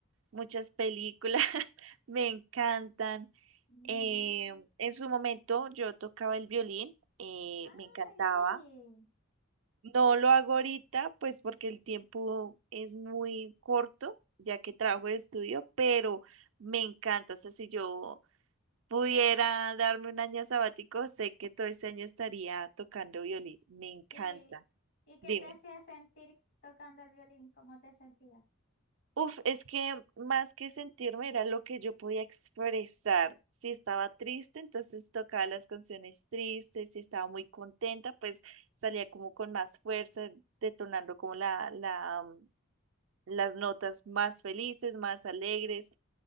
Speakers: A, on the right; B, on the left.
A: muchas películas, <laughs> me encantan.
B: Mm,
A: Eh, en su momento yo tocaba el violín, eh,
B: ay,
A: me encantaba.
B: sí.
A: No lo hago ahorita, pues porque el tiempo es muy corto, ya que trabajo de estudio, pero me encanta. O sea, si yo pudiera darme un año sabático, sé que todo ese año estaría tocando violín. Me encanta.
B: ¿Y, y
A: Dime.
B: qué te hacía sentir tocando el violín? ¿Cómo te sentías?
A: Uf, es que más que sentirme era lo que yo podía expresar. Si estaba triste, entonces tocaba las canciones tristes. Si estaba muy contenta, pues salía como con más fuerza, detonando como la, la, mm, las notas más felices, más alegres.